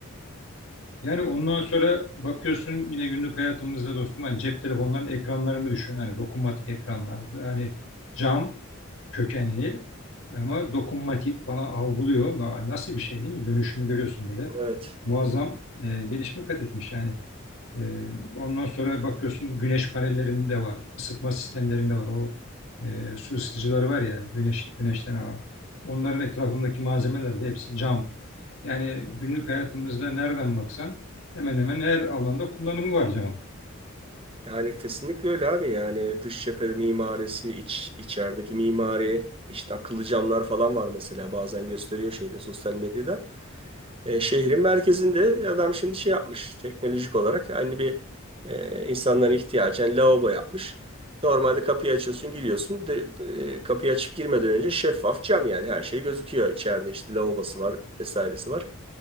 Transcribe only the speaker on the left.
Yani ondan sonra bakıyorsun yine günlük hayatımızda dostum hani cep telefonlarının ekranlarını düşün. Hani dokunmatik ekranlar yani cam kökenli ama dokunmatik bana algılıyor. Na- Nasıl bir şey değil mi? Dönüşümü görüyorsun böyle.
Muazzam e, gelişme kat etmiş yani. E, ondan sonra bakıyorsun bu güneş panellerinde var, ısıtma sistemlerinde var. O e, su ısıtıcıları var ya güneş güneşten alan. Onların etrafındaki malzemeler de hepsi cam. Yani günlük hayatımızda nereden baksan hemen hemen her alanda kullanımı var camın.